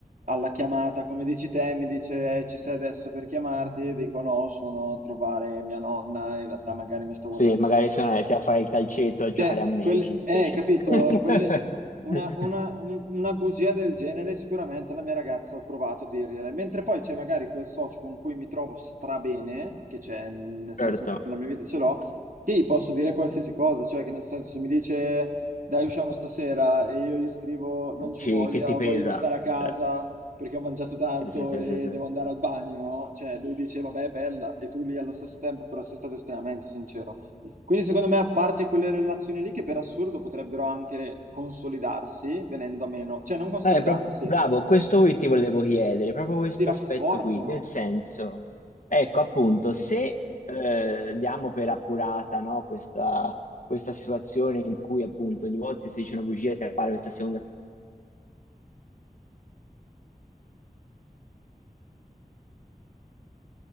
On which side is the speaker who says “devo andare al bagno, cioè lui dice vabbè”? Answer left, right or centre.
Right